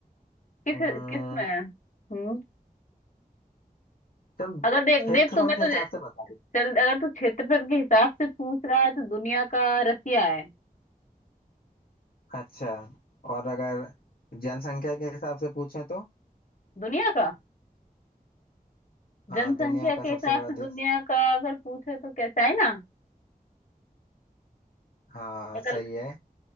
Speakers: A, on the left; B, on the left.
A: किस
B: अम्म,
A: किस में है हम्म?
B: चल
A: अगर देख
B: क्षेत्रफल
A: देख तुम्हें
B: के हिसाब
A: तो
B: से बता दे
A: चल अगर तू क्षेत्रफल के हिसाब से पूछ रहा है तो दुनिया का रसिया है
B: अच्छा और अगर जनसंख्या के हिसाब से पूछें तो
A: दुनिया का
B: हाँ
A: जनसंख्या
B: दुनिया
A: के
B: का
A: हिसाब
B: सबसे बड़ा
A: से दुनिया
B: देश
A: का अगर पूछे तो कैसा है ना
B: हाँ
A: निकल
B: सही है